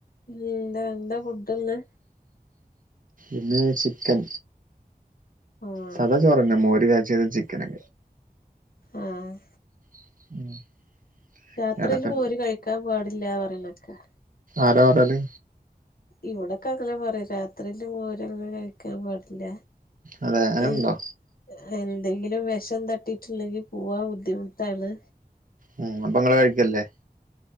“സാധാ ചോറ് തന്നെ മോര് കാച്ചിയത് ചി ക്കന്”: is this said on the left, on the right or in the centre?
Right